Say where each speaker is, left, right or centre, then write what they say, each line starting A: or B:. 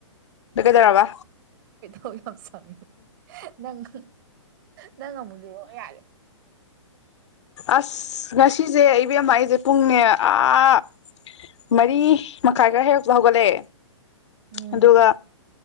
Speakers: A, on the left; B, on the right.
A: ꯀꯗꯔꯕ
B: ꯍꯣꯏ ꯍꯪꯁꯤ ꯅꯪ ꯅꯪ ꯉꯃꯨꯂ ꯌꯥꯔꯦ
A: ꯑꯁ ꯉꯁꯤꯁꯦ ꯑꯩꯕꯦꯝꯃꯛ ꯑꯩꯁꯦ ꯄꯨꯡꯅꯦ ꯑꯥ ꯃꯔꯤ ꯃꯈꯥꯏ ꯈꯔ ꯍꯦꯛ ꯍꯧꯒꯂꯦ
B: ꯎꯝ
A: ꯑꯗꯨꯒ